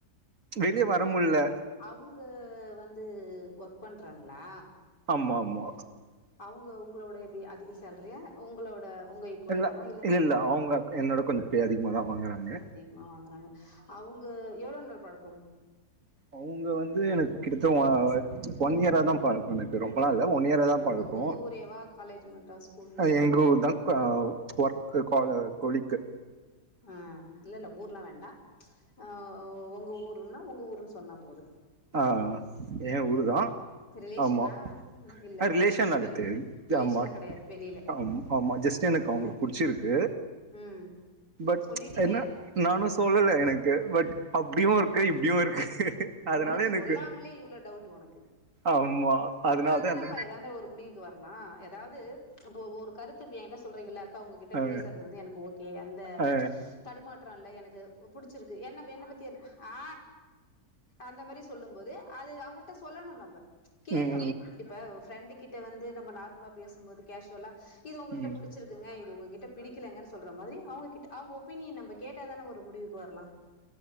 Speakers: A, on the right; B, on the left.
A: வெளிய வர முட்ல
B: அவுங்க வந்து ஒர்க் பண்றாங்ளா
A: ஆமா ஆமா
B: அவுங்க உங்களோட எப்டி அதிக சேலரியா உங்களோட உங்க ஈக்குவல்
A: இல்ல
B: தானா
A: இல்லேல்ல அவுங்க என்னோட கொஞ்ச பே அதிகமா தா வாங்குறாங்க
B: அதிகமா வாங்குறாங்க அவுங்க எவ்ளோ நாள் பழக்கம்
A: அவுங்க வந்து எனக்கு கிட்டத்த ஓ ஒன் இயரா தா பழக்கோ எனக் ரொம்பலா இல்ல ஒன் இயரா தா
B: உங்க
A: பழக்கோ
B: உங்க ஊரேவா காலேஜ் மட்டா ஸ்கூல் மட்டா
A: அ எங்க ஊர்தா அ ஒர்க் கோல கொலிக்கு
B: அ இல்லல்ல ஊர்லா வேண்டா ஆ உங்க ஊருன்னா உங்க ஊருன்னு சொன்னா போதும்
A: ஆ ஏ ஊரு தா
B: ரிலேஷன்னா
A: ஆமா
B: இல்ல
A: ஆ ரிலேஷன் அதட்டு
B: வெளி
A: தெம்மார்க்
B: ரிலேஷன்லா கெடையாது வெளியில
A: ஆம் ஆமா ஜெஸ்ட் ட்டு எனக்கு அவுங்களுக்கு படிச்சுருக்கு
B: ம்
A: பட்
B: சொல்லிட்டீங்க
A: என்ன நானு சொல்லல எனக்கு பட் அப்டியு இருக்கு இப்டியு இருக்கு அதனால
B: என்ன
A: எனக்கு
B: சொல்லாமலே இவ்ளோ டவுட்டு உனக்கு
A: ஆமா அதனால
B: சொன்னா தானப்பா
A: தா இல்ல
B: எதாருந்தாலு ஒரு முடிவுக்கு வரு இப்புல்லா எதாவது இப்ப ஒரு கருத்து இப்ப ஏ கிட்ட சொல்றீங்கல்ல அக்கா உங்ககிட்ட
A: அ
B: பேசுறது வந்து எனக்கு ஓகே அந்த
A: அ
B: தடுமாட் ட்றோ இல்ல எனக்கு புடிச்சுருக்கு என்னப் இப்ப என்ன பத்தி என்ன ஆ அந்த மாரி சொல்லும் போது அது அவுங்கள்ட்ட சொல்லணு நம்ப கேக்கணு
A: ம்
B: இப்ப ஒரு ஃப்ரெண்ட்டு கிட்ட வந்து நம்ம நார்மலா பேசும்போது கேஷுவலா இது உங்கள்ட
A: ம்
B: புடுச் புடிச்சுருக்குங்க இது உங்ககிட்ட பிடிக்கலேங்க சொல்ற மாதிரி அவுங்ககிட்ட அவுங்க ஒப்பீனியன் நம்ம கேட்டாதான ஒரு முடிவுக்கு வர்லா